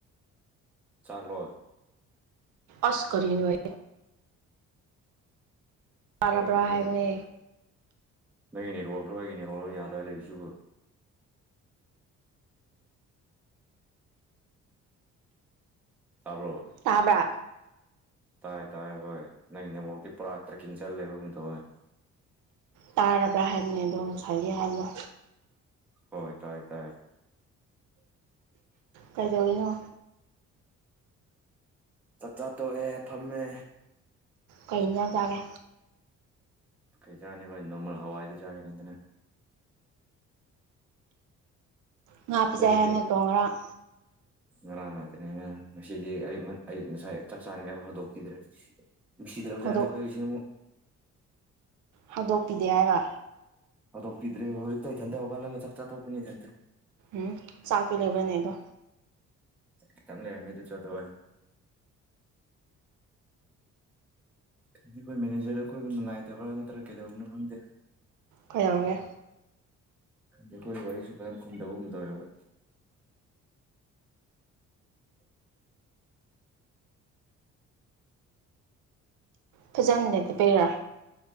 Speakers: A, in the centre; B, on the right (about 80°).
A: ꯆꯥꯛꯂꯣꯏ
B: ꯑꯁ ꯀꯔꯤꯅꯣ ꯑꯦ ꯇꯥꯔꯕ꯭ꯔ
A: ꯀꯔꯤꯅꯣ
B: ꯍꯥꯏꯕꯅꯦ
A: ꯅꯪꯒꯤ ꯅꯦꯠꯋꯥꯛꯂꯣ ꯑꯩꯒꯤ ꯅꯦꯠꯋꯥꯛ ꯂꯣ ꯌꯥꯗꯥ꯭ꯔ ꯂꯩꯔꯤꯁꯤꯕꯨ ꯇꯥꯕ꯭ꯔꯣ
B: ꯇꯥꯕ꯭ꯔꯥ
A: ꯇꯥꯏ ꯇꯥꯏ ꯍꯣꯏ ꯅꯪ ꯅꯦꯋꯥꯛꯇꯤ ꯄꯨꯔꯥ ꯇ꯭ꯔꯦꯛꯀꯤꯡ ꯆꯜꯂꯦꯕꯒꯨꯝ ꯇꯧꯋꯦ
B: ꯇꯥꯔꯕ꯭ꯔꯥ ꯍꯥꯏꯕꯅꯤ ꯑꯗꯣ ꯉꯁꯥꯏꯒꯤ ꯍꯥꯏꯕꯗꯣ
A: ꯍꯣꯏ ꯇꯥꯏ ꯇꯥꯏ
B: ꯀꯗꯧꯔꯤꯅꯣ
A: ꯆꯛꯆꯥ ꯇꯣꯛ ꯑꯦ ꯐꯝꯃꯦ
B: ꯀꯩ ꯏꯟꯁꯥꯡ ꯆꯥꯒꯦ
A: ꯀꯩ ꯆꯥꯔꯤꯅꯤ ꯑꯩꯈꯣꯏ ꯅꯣꯃꯪ ꯍꯋꯥꯏꯗꯣ ꯆꯥꯔꯅꯤꯗꯅ
B: ꯉꯥ
A: ꯑꯩꯈꯣꯏꯒꯤꯗꯤ
B: ꯄꯤꯖꯩ ꯍꯥꯏ ꯅꯠꯇ꯭ꯔꯣ ꯉꯔꯥꯡ
A: ꯉꯔꯥꯡ ꯉꯥꯛꯇꯅꯦ ꯉꯔꯥꯡ ꯉꯁꯤꯗꯤ ꯑꯌꯨ ꯑꯌꯨꯛ ꯉꯁꯥꯏ ꯆꯥꯛ ꯆꯥꯅꯤꯡꯕ ꯍꯧꯗꯣꯛꯄꯤꯗ꯭ꯔꯦ ꯅꯨꯡꯁꯤꯗ꯭ꯔꯕꯖꯥꯠꯅꯤ
B: ꯍꯧꯗꯣꯛ
A: ꯑꯩꯈꯣꯏꯁꯦ ꯑꯃꯨꯛ
B: ꯍꯧꯗꯣꯛꯄꯤꯗꯦ ꯍꯥꯏꯕ
A: ꯍꯗꯣꯛꯄꯤꯗ꯭ꯔꯦ ꯍꯧꯖꯤꯛꯇ ꯏꯊꯟꯇ ꯍꯧꯒꯜꯂꯒ ꯆꯥꯛ ꯆꯥꯛ ꯊꯣꯛꯄꯅꯤ ꯏꯊꯟꯇ
B: ꯎꯝ ꯆꯥꯛꯇꯤ ꯂꯩꯕ꯭ꯔꯅꯦꯗꯣ
A: ꯈꯤꯇꯪ ꯂꯩꯔꯝꯃꯦ ꯅꯗꯨ ꯆꯥꯊꯣꯛꯑꯦ ꯈꯪꯗꯦ ꯑꯩꯈꯣꯏ ꯃꯦꯅꯦꯖꯔꯗ ꯑꯩꯈꯣꯏꯕꯨ ꯅꯨꯡꯉꯥꯏꯇꯕ꯭ꯔꯥ ꯀꯩꯗꯧꯕꯅꯣ ꯈꯪꯗꯦ
B: ꯀꯧꯗꯧꯔꯦ
A: ꯑꯩꯈꯣꯏ ꯋꯥꯔꯤꯁꯨ ꯀꯦꯝ ꯈꯨꯝꯗꯕꯒꯨꯝ ꯇꯧꯋꯦꯕ
B: ꯐꯖꯅ ꯂꯩꯇꯕꯩꯔꯥ